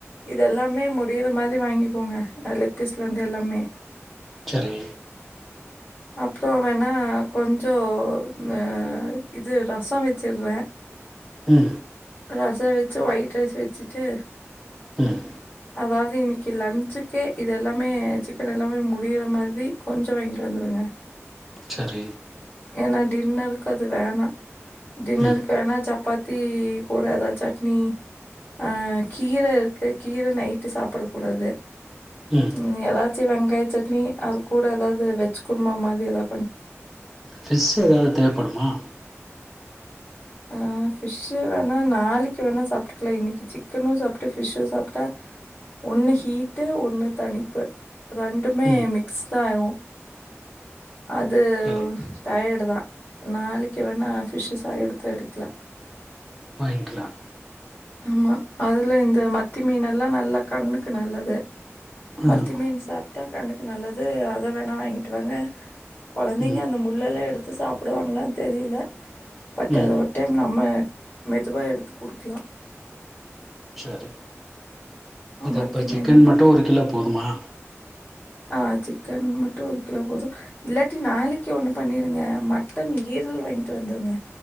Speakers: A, on the left; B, in the centre.
A: இது எல்லாமே முடியிற மாதிரி வாங்கிக்கோங்க லெக் பீஸ்ல இருந்து எல்லாமே.
B: செரி.
A: அப்புறோ வேணா கொஞ்சோ அஹ இது ரசம் வச்சிடுற.
B: உம்.
A: ரசம் வச்சு ஒயிட் ரைஸ் வச்சிட்டு.
B: உம்.
A: அதாவது இன்னைக்கு லன்சுக்கே இது எல்லாமே சிக்கன் எல்லாமே முடியிற மாதிரி கொஞ்சோ வாங்கிட்டு வந்துரு. ங்க.
B: சரி
A: ஏன்னா டின்னருக்கு அது வேணா. டின்னருக்கு
B: ம்
A: வேணா சப்பாத். பாத்தி கூட ஏதாது சட்னி அஹ கீர இருக்கு கீர நைட்டு சாப்படக் கூடாது.
B: ம்
A: உம் ஏதாச்சு. வெங்காய சட்னி அது கூட ஏதாவது வச்சு குருமா மாரி எதா
B: ஃபிஷ் ஏதாவது தேவைப்படுமா
A: ஆஹ் ஃபிஷ்ஷு வேணா நாளைக்கு வேணா சாப்பிட்டுக்கலாம் இன்னைக்கு சிக்கனும் சாப்பிட்டு ஃபிஷ்ஷும் சாப்பிட்டா ஒண்ணு ஹீட்டு ஒண்ணு தனிப்பு ரெண்டுமே
B: ம்
A: மிக்ஸ்ட் ஆயுடும் அது
B: சரி
A: டயர்டு தான் நாளைக்கி வேணா பிஷ் சா எடுத் துக்கலாம்
B: வாங்கிக்கலாம்
A: ஆமா அதுல இந்த மத்தி மீன் எல்லாம் நல்லா கண்ணுக்கு நல்லது
B: ம்
A: மத்தி மீன் சாப்ட்டா கண்ணுக் நல்லது அதை வேணாம் வாங்கிட்டு வாங்க குழந்தைங்க
B: ம்
A: அந்த முள்ளெல்லாம் எடு த்து சாப்பிடுவாங்களானு தெரியில பட்
B: ம்
A: அது ஒரு டைம் நம்ம மெதுவா எடுத்து குடுக்கலாம்
B: சரி இது
A: மத்தி
B: அப்ப சிக்கன்
A: மீன்
B: மட்டும் ஒரு கிலோ போதுமா
A: ஆஹ் சிக்கன் மட்டும் ஒரு கிலோ போதும் இல்லாட்டி நாளைக்கு ஒண்ணு பண்ணிடுங்க மட்டன் ஈரல் வாங்கிட்டு வந்துருங்க